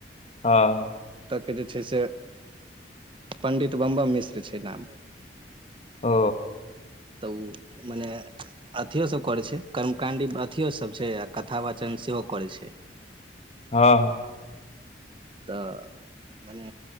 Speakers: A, on the left; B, on the right.
A: हँ हँ
B: ओतऽ के जे छै से पण्डित बमबम मिश्र छै नाम
A: ओ
B: तऽ उ मने अथिओसभ करै छै कर्मकाण्डी अथिओसभ छै आ कथा वाचन सेहो करै छै
A: हँ
B: त मने